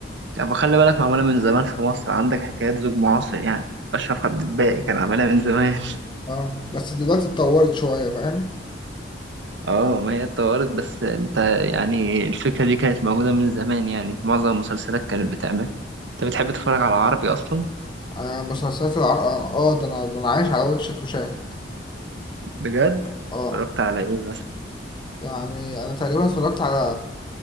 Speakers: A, on the right; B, on the left.
A: يعني خلي بالك معمولة من زمان في مصر عندك حكايات زوج معاصر يعني أشرف عبد الباقي كان عاملها من زمان
B: اه بس دلوقتي اتطورت شوية فاهم
A: اه ما هي اتطورت بس انت يعني الفكرة دي كانت موجودة من زمان يعني معظم المسلسلات كانت بتعمل انت بتحب تتفرج على عربي اصلا
B: آه مسلسلات العرب اه آه، ده انا ده انا عايش على واتشت وشاهد
A: بجد
B: اه
A: اتفرجت على ايه مثلا
B: يعني انا تقريبا اتفرجت على